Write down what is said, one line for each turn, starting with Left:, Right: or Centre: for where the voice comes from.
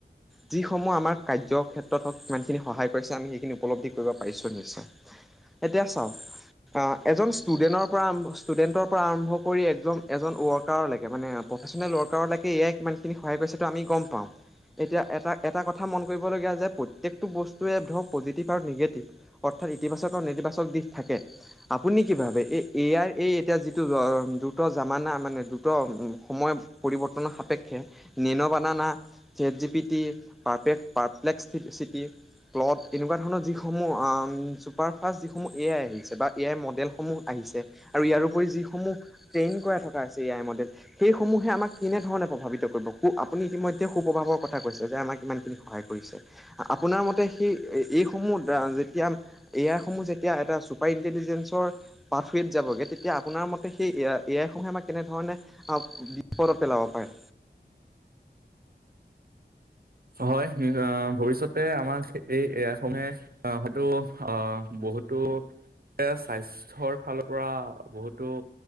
Centre: যিসমূহ আমাৰ কাৰ্য কেত্ৰত হওক ইমানখিনি সহায় কৰিছে আমি সেইখিনি উপলব্ধি কৰিব পাৰিছোঁ নিশ্চয় এতিয়া চাওক এজন ষ্টুডেণ্টৰ পৰা আৰম্ ষ্টুডেণ্টৰ পৰা আৰম্ভ কৰি এজন এজন ৱৰ্কাৰ লাগে মানে প্ৰফেচনেল ৱৰ্কাৰলৈকে এয়াই ক কিমানখিনি সহায় কৰিছে টো আমি গম পাওঁ এতিয়া। এটা এটা কথা মন কৰিবলগীয়া যে প্ৰত্যেকটো বস্তুৱে ধৰক পজিটিভ আৰু নিগেটিভ, অৰ্থাৎ ইতিবাচক আৰু নেতিবাচক দিশ থাকে, আপুনি কি ভাবে এই এ আই এতিয়া যিটো দ্ৰুত জামানা মানে দ্ৰুত সময় পৰিৱৰ্তনৰ সাপেক্ষে নিৰ্ণ banana ChatGPT পাৰপ্লেক্স city Claude এনেকুৱা ধৰণৰ যিসমূহ আহ চুপাৰ ফাষ্ট যিসমূহ এ আই আহিছে, বা এ আই মডেলসমূহ আহিছে, আৰু ইয়াৰপৰি যিসমূহ ট্ৰেইন কৰাই থকা আছিল সেইসমূহে আমাক কেনেধৰণে প্ৰভাৱিত কৰিব ক আপুনি ইতিমধ্যে সু প্ৰভাৱ কথা কৈছে যে আমাক ইমানখিনি সহায় কৰিছে আপোনাৰ মতে সেই এইসমূহ যেতিয়া এ আই সমূহ যেতিয়া এটা চুপাৰ ইণ্টেলিজেঞ্চৰ পাথৱত যাবগে তেতিয়া আপোনাৰ মতে সেই এ আইসমূহে আমাক কেনেধৰ বিপদত পেলাব পাৰে।
Right: হয় ভৱিষ্যতে আমাক এই এয়া সমূহে আহ হয়তো আহ বহুতো স্বাস্থ্যৰ ফালৰ পৰা বহুতো